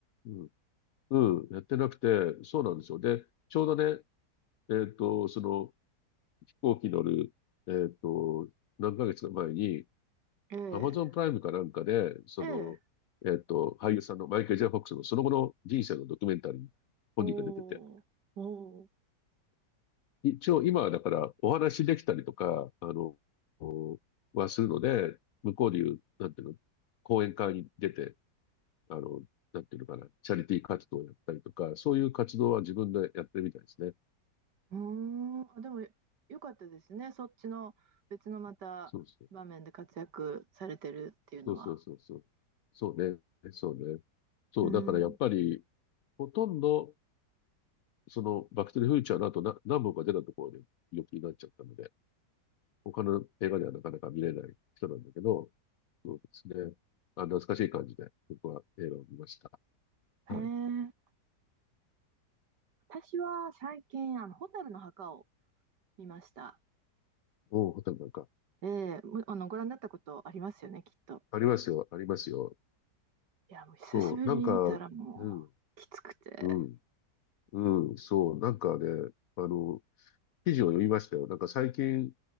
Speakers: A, on the left (about 70°); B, on the right (about 75°).
A: うん、うん、やってなくて、そうなんですよ。で、ちょうどね、えっと、その、飛行機乗る、えっと、何ヶ月か前に、
B: ええ、
A: アマゾンプライムかなんかで、その、
B: ええ、
A: えっと、俳優さんのマイケル・ジェイ・フォックスのその後の人生のドキュメンタリー、本人が出てて、
B: おー、おー、
A: 一応今はだからお話できたりとか、あの、おはするので、向こうでいう、なんていうの、講演会に出て、あの、なんていうのかな、チャリティー活動をやったりとか、そういう活動は自分でやってるみたいですね。
B: うーん。あ、でも、よかったですね。そっちの別のまた場面で活躍されてるっていうのは。
A: そうそう。そうそうそうそう。そうね。そうね。そう、
B: うん。
A: だからやっぱり、ほとんど、その、バックトゥザフューチャーの後な、何本か出たところで病気になっちゃったので、他の映画ではなかなか見れない人なんだけど、そうですね。あ、懐かしい感じで、僕は映画を見ました。はい。
B: へえ。私は最近、あの、蛍の墓を見ました。
A: おう、ホタルなんか、
B: ええ、むあの、ご覧になったことありますよね、きっと。
A: ありますよ、ありますよ。
B: いや、もう久しぶりに見たらも
A: そう、なんか、うん、
B: う、きつくて。
A: うん、うん、そう、なんかね、あの、記事を読みましたよ。なんか最近、